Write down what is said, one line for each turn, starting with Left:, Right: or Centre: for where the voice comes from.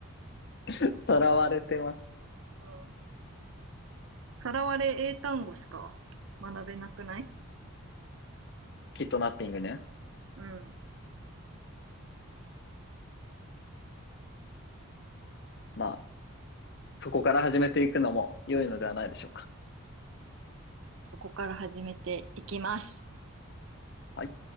Left: <laughs> 伝われてます。
Right: うん。さらわれ英単語しか学べなくない
Left: キットナッピングね。
Right: うん。
Left: まあ、そこから始めていくのも良いのではないでしょうか。
Right: そこから始めていきます。
Left: はい